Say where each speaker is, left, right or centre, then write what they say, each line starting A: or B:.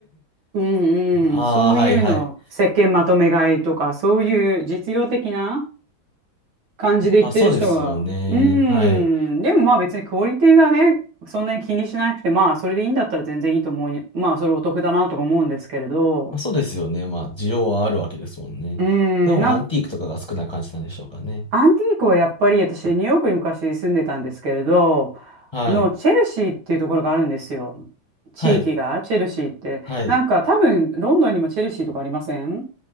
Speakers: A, on the right; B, on the left.
A: うんうん、
B: ああ、
A: そういうの、
B: はいはい。
A: 石鹸まとめ買いとか、そういう実用的な感じで言ってる人が、
B: あ、そうですよね。
A: うん、
B: はい。
A: でもまあ別にクオリティがね、そんなに気にしなくて、まあそれでいいんだったら全然いいと思う、まあそれお得だなとか思うんですけれど、
B: まあ、そうですよね。まあ、需要はあるわけですもんね。
A: うん、
B: でも、
A: なんか
B: アンティークとかが少ない感じなんでしょうかね。
A: アンティークはやっぱり私ニューヨークに昔住んでたんですけれど
B: はい。
A: のチェルシーっていうところがあるんですよ地域がチェルシーってなんか多分ロンドンにもチェルシーとかありません
B: はい。はい。